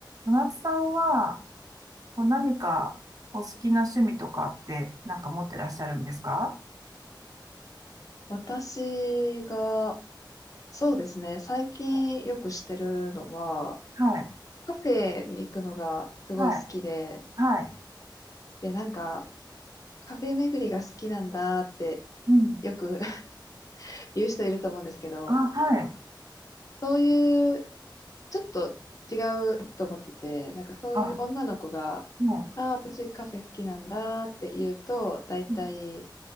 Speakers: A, on the right; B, on the left.
A: 小夏さんは、こう何かお好きな趣味とかって、なんか持ってらっしゃるんですか
B: 私が、そうですね、最近よくしてるのは、
A: あはい。
B: カフェに行くのがすごい好きで、
A: はい。はい。
B: で、なんか、カフェ巡りが好きなんだって
A: うん。
B: よく <laughs> 言う人いると思うんですけど、
A: あ、はい。
B: そういう、ちょっと違うと思ってて、なんかそういう女の子が、
A: あ、はい。
B: ああ、私カフェ好きなんだって言うと、だいたい
A: うん